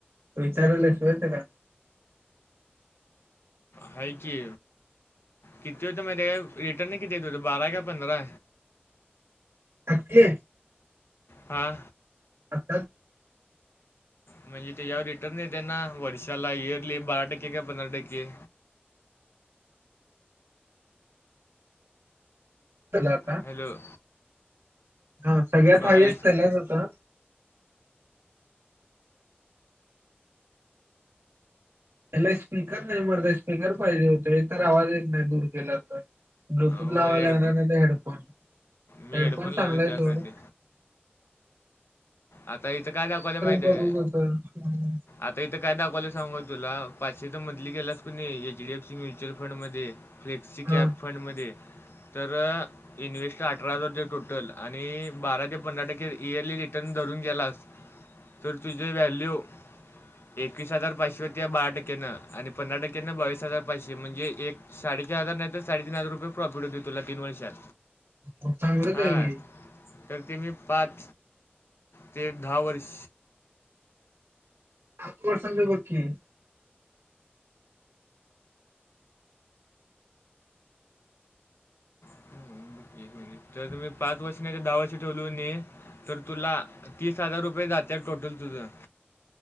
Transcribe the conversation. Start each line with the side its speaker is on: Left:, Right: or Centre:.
Right: विचारला सुय का
Left: हायकी. किती होते मग ते रिटर्न किती येत होत बारा का पंधरा
Right: आजे
Left: हा.
Right: आता,
Left: म्हणजे त्याच्यावर रिटर्न येते ना वर्षाला इयरली बारा टक्के का पंधरा टक्के.
Right: चलाता.
Left: हॅलो
Right: हा सगळ्यात
Left: बघायलाच
Right: हायस्ट त्यालाच होता. त्याला स्पीकर नाही मरत स्पीकर पाहिजे होते, तर आवाज येत नाही दूर केला तर. त
Left: व
Right: लावाय
Left: हेड
Right: लाग हेडफोन.
Left: मी
Right: हेडफोन
Left: लावले
Right: चांगलाय
Left: त्यासाठी
Right: ोड.
Left: आता इथं काय दाखवले माहिित
Right: बघू
Left: का?
Right: कसं. हं.
Left: आता इथं काय दाखवलं सांगू तुला. पाचशे तर मंथली गेलास कु नाही एचडीएफसी म्युच्युअल फंड मध्ये, फ्लेक्सी
Right: हा
Left: कॅप फंड मध्ये, तर इन्व्हेस्टर अठरा हजार र टोटल आणि बारा ते पंधरा टक्के इयरली रिटर्न. धरून गेलास तर तुझे वॅल्यू एकवीस हजार पाचशे होती बहा टक्केनं आणि पंधरा टक्केनं बावीस हजार पाचशे म्हणजे एक साडेचार हजार नाही तर साडेतीन हजार रुपये प्रॉफिट होते तला तीन वर्षात.
Right: होथांगडच
Left: हां
Right: आहे की.
Left: तर ते मी पाच ते दहा वर्ष,
Right: आ अ सांज बकी आहे.
Left: एक तर मी पाच वर्षण्याच्या धावाशी ठेोलू न तर तुला तीस पा हजार रुपये जाते टोटल तुझं.